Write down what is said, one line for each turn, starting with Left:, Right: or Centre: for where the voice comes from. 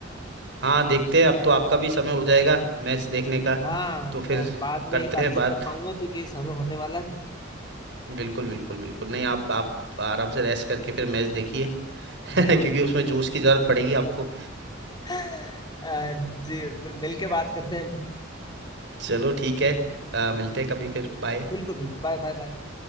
Right: हाँ देखते हैं अब तो आपका भी समय हो जाएगा मैच देखने का
Left: हाँ
Right: तो
Left: मैं
Right: फिर
Left: बाद में
Right: करते
Left: ही बातचीत
Right: हैं बात
Left: कर पाऊंगा क्योंकि ये समय होने वाला है
Right: बिल्कुल बिल्कुल बिल्कुल नहीं आप आप आराम से रेस्ट करके फिर मैच देखिए <laughs> क्योंकि
Left: बिल्कुल बिल्कुल
Right: उसमें जोश की जरूरत पड़ेगी आपको
Left: <laughs> अ, जी बिल्कुल मिल के बात करते हैं फिर
Right: चलो ठीक है आ, मिलते
Left: जी
Right: हैं कभी फिर बाय
Left: बिल्कुल बिल्कुल बाय बाय बाय बाय